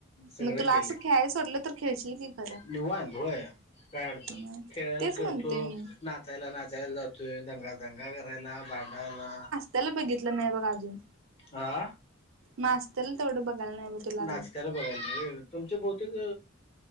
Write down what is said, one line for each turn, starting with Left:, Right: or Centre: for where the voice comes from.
Left: सगळे
Right: मग तुला
Left: केले
Right: असं खेळायला सोडलं तर खेळशील की खरं
Left: निवांत होय काय अडचण
Right: मग
Left: नाही खेळ
Right: तेच
Left: खेळतो
Right: म्हणतोय मी
Left: नाचायला नाचायला जातोय दंगा दंगा करायला भांडायला
Right: त्याला बघितलं नाही बघा अजून
Left: आह
Right: नाचतेल तेवडं बघाल नाही बघ तुला अजून
Left: नाचतेला बघायला तुमचे बहतेक